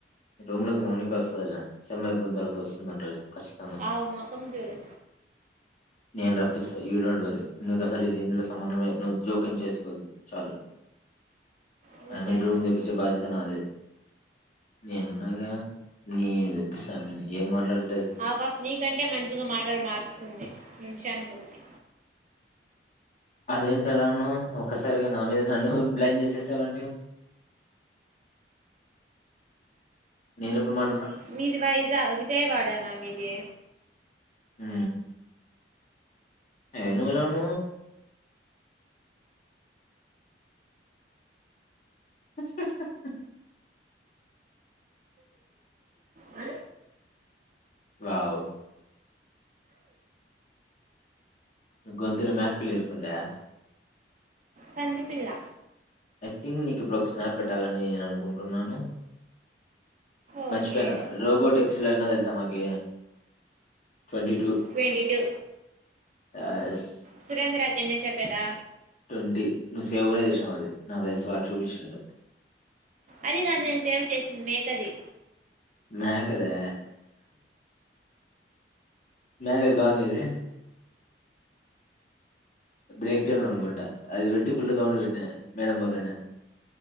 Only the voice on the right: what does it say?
ఆమె ముఖం జూడు
నువ్వు
చేసుకున్నావు
ఆ బాబు నీకంటే మంచిగా మాటలు మారుస్తుంది జానుకోకుటి
మీది వైఇదా విజయవాడనా మీది
అ
పంది పిల్ల
ఓకే
ట్వంటీ టూ
సురేంద్రకి ఎన్న చెప్పేదా
అది కాదు నేను సేవ చేసింది మేకది